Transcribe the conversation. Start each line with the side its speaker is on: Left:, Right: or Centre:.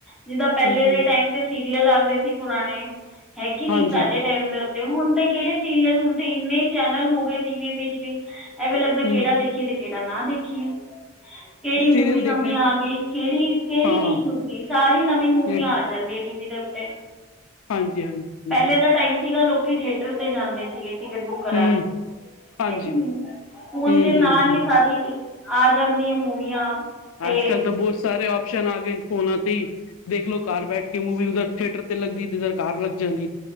Centre: ਜਿੱਦਾਂ ਪਹਿਲੇ
Left: ਹਮ ਹਮ
Centre: ਦੇ ਟਾਈਮ ਤੇ ਸੀਰੀਅਲ ਆਦੇ ਸੀ ਪੁਰਾਣੇ, ਹੈਗੇ ਕੀ ਨੀ
Left: ਹਾਂਜੀ
Centre: ਸਾਡੇ ਟਾਈਮ ਦੇ ਉੱਤੇ, ਹੁਣ ਤੇ ਕਿਹੜੇ ਸੀਰੀਅਲ, ਹੁਣ ਤੇ ਇੰਨੇ ਚੈਨਲ ਹੋ ਗਏ ਟੀਵੀ ਵਿੱਚ ਵੀ। ਐ ਵੀ ਲੱਗਦਾ,
Left: ਹਮ
Centre: ਕਿਹੜਾ ਦੇਖੀਏ ਤੇ ਕਿਹੜਾ ਨਾ ਦੇਖੀਏ। ਕਿਹੜੀ
Left: ਸੀਰੀਅਲ
Centre: ਮੂਵੀ
Left: ਦੇਖਣੇ
Centre: ਨਵੀਂ ਆ ਗਈ, ਕਿਹੜੀ ਕਿਹੜੀ
Left: ਹਾਂ
Centre: ਨੀ ਛੂਟੀ, ਸਾਰੀ ਨਵੀਂ ਮੂਵੀ
Left: ਤੇ
Centre: ਆ ਗ ਜਾਂਦੀ ਐ, ਟੀ ਵੀ ਦੇ ਉੱਤੇ,
Left: ਹਾਂਜੀ ਹਾਂਜੀ ਹਾਂਜੀ
Centre: ਪਹਿਲੇ ਦਾ ਟਾਈਮ ਸੀਗਾ ਲੋ ਕੀ ਥਿਏਟਰ ਤੇ ਜਾਂਦੇ ਸੀਗੇ। ਟਿਕਟ ਬੁੱਕ ਕਰਾਨ,
Left: ਹੂੰ ਹਾਂਜੀ
Centre: ਹੈ ਕੇ ਨੀ, ਹੁਣ
Left: ਹੂੰ
Centre: ਤੇ ਨਾਲ
Left: ਹੂੰ ਹੂੰ
Centre: ਹੀ ਸਾਰੀ ਟਿ ਆ ਜਾਂਦੀ ਆ ਮੂਵੀਆਂ। ਅਤੇ
Left: ਅੱਜ ਕੱਲ ਤਾਂ ਬਹੁਤ ਸਾਰੇ ਆਪਸ਼ਨ ਆ ਗਏ ਨੇ ਫੋਨਾਂ ਤੇ ਹੀ। ਦੇਖਲੋ ਘਰ ਬੈਠ ਕੇ ਮੂਵੀ ਉਧਰ ਥੀਏਟਰ ਤੇ ਲੱਗਦੀ ਤੇ, ਇਧਰ ਘਰ ਲੱਗ ਜਾਂਦੀ।